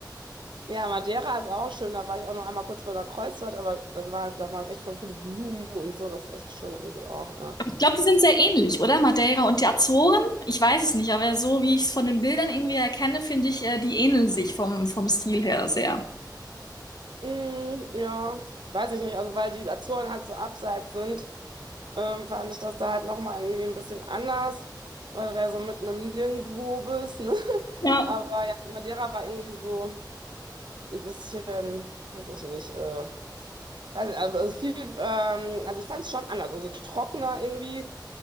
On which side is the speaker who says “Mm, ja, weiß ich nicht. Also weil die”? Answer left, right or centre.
Right